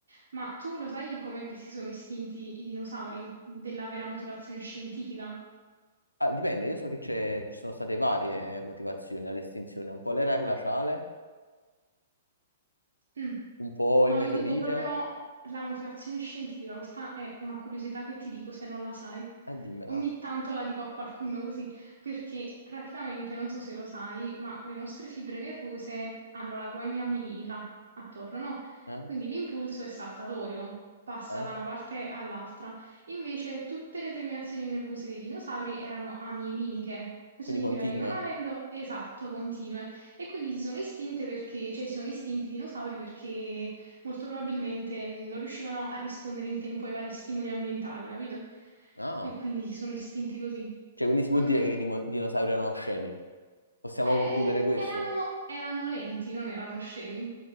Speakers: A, on the right; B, on the left.
A: Ma tu lo sai come che si sono estinti i dinosauri? Della vera motivazione scientifica?
B: Ah, dipende, io so che c'è- ci sono state varie motivazioni all'estinzione, un po' l'era glaciale,
A: Mm.
B: un po'
A: No,
B: il meteorite,
A: io dico proprio la motivazione scientifica, questa è una curiosità che ti dico se non la sai.
B: eh dimmela,
A: Ogni tanto la dico a qualcuno così, perché praticamente, non so se lo sai, ma le nostre fibre nervose hanno la guaina milinica attorno, no?
B: eh?
A: Quindi l'impulso è saltatorio, passa
B: Eh?
A: da una parte all'altra. Invece tutte le terminazioni nervose dei dinosauri erano amieliniche. Questo
B: Quindi
A: significa
B: continua,
A: che non avendo
B: eh?
A: esatto continue, e quindi si sono estinte perché, cioè si sono estinti i dinosauri perché molto probabilmente non riuscivano a rispondere in tempo ai vari stimoli ambientali, capito?
B: Ah,
A: E quindi si sono estinti così.
B: cioè quindi si
A: Mhm.
B: può dire che i dimo- dinosauri erano scemi, possiamo
A: Eh,
B: concludere questo?
A: erano, erano lenti, non erano scemi.